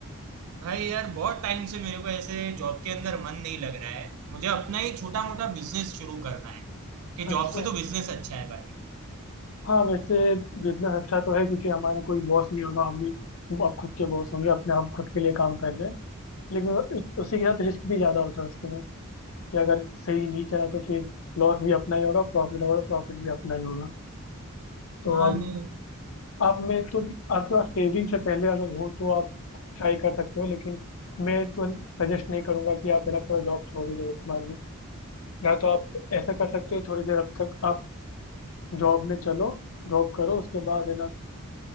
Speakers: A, on the right (about 70°); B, on the left (about 65°).
A: भाई यार बहुत टाइम से मेरे को ऐसे जॉब के अंदर मन नहीं लग रहा है मुझे अपना ही छोटा मोटा बिजनेस शुरू करना है कि
B: अच्छा
A: जॉब से तो बिजनेस अच्छा है भाई
B: हाँ वैसे बिजनेस अच्छा तो है क्योंकि हमारा कोई बॉस नहीं होगा हम ही अब खुद के बॉस होंगे अपने हम खुद के लिए काम कर रहे हैं लेकिन उ- उसी के साथ रिस्क भी ज़्यादा होता है उसके में कि अगर सही नहीं चला तो फिर लॉस भी अपना ही होगा प्रॉफिट होगा तो प्रॉफिट भी अपना ही होगा तो
A: हाँ
B: अब
A: नहीं
B: आप में तो आपके पास सेविंग से पहले अगर हो तो आप ट्राई कर सकते हो लेकिन मैं तो सजेस्ट नहीं करूंगा कि आप मेरा पूरा जॉब छोड़ ही दो एक बार में या तो आप ऐसा कर सकते हो थोड़ी देर अब तक आप जॉब में चलो जॉब करो उसके बाद है ना